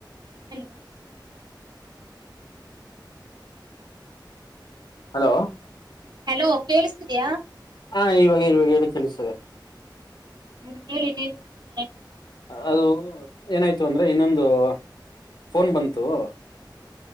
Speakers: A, on the right; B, on the left.
A: ಹೆಲೋ? <inaudible>
B: ಹಲೋ. <inaudible>
A: ಹೆಲೋ, ಕೇಳಿಸ್ತಾ ಇದಿಯಾ? <inaudible>
B: ಹಾ, ಈವಾಗ, ಇವಾಗ! ಹೇಳಿ ಕೇಳಿಸ್ತಿದೆ? <inaudible>
A: ಹ್ಮ್, ಹೇಳಿ ನೀವೇನು, ಸಮಾಚಾರ. <inaudible>
B: ಅದು, ಏನಾಯ್ತು! ಅಂದ್ರೆ ಇನ್ನೊಂದು ಫೋನ್ ಬಂತು. <inaudible>